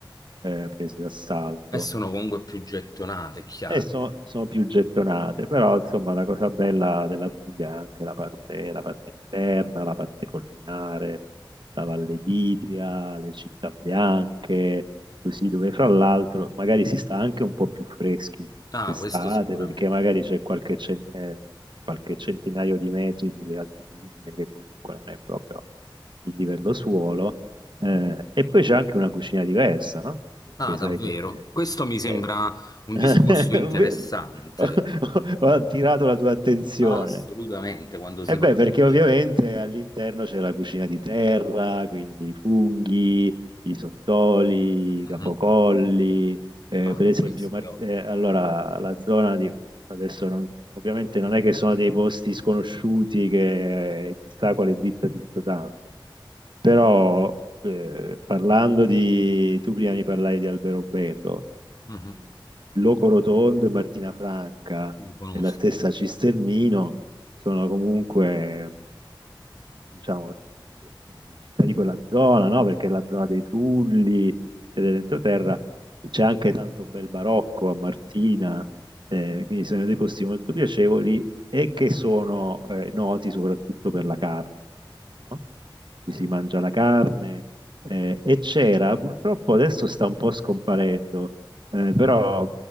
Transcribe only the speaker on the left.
E sono comunque più gettonate, è chiaro.
Ah,
questo sicuramente.
Ah, davvero?
Questo mi sembra
un
discorso interessante.
Ah, assolutamente, quando si
parla
di...
Mhm.
Ah,
questo
è ovvio.
Mhm.
Sì, conosco.